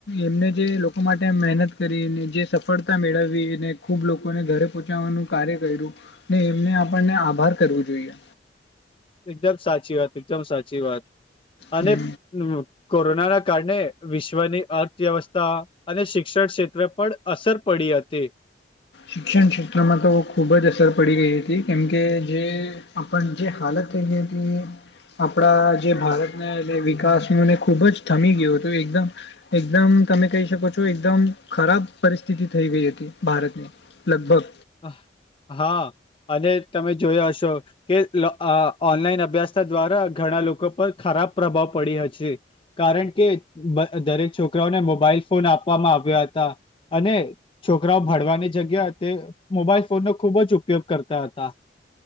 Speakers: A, on the left; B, on the left.
A: એમને જે લોકો માટે મહેનત કરી જે સફળતા મેળવી અનેને ખુબ લોકોને ઘરે પહોચાવાનું કાર્ય કર્યું ને એમને આપણને આભાર કરવું જોઈએ.
B: એકદમ સાચી વાત એકદમ સાચી વાત અને
A: હમ
B: કોરોનાના કારણે વિશ્વની અર્થવ્યવસ્થા અને શિક્ષણ ક્ષેત્રે પર અસર પડી હતી
A: શિક્ષણ ક્ષેત્રમાં તો ખુબ જ અસર પડી ગઈ હતી કેમ કે જે આપ જે હાલત એ એ ત આપણા જે ભારતને એ વિકાસનું એને ખૂબ જ થમી ગયું હતું એકદમ એકદમ તમે કહી શકો છો એકદમ ખરાબ પરિસ્થિતિ થઈ ગઈ હતી ભારતની લગભગ
B: હ હા અને તમે જોયા હશો કે ઓનલાઈન અભ્યાસ દ્વારા ઘ લોકો પર ખરાબ પ્રભાવ પડી છે કારણ કે દરેક છોકરાઓને મોબાઈલ ફોન આપવામાં આવ્યા હતા અને છોકરાઓ ભડવાની જગ્યા તે મોબાઈલ ફોનનોો ખૂબ જ ઉપયોગ કરતા હતા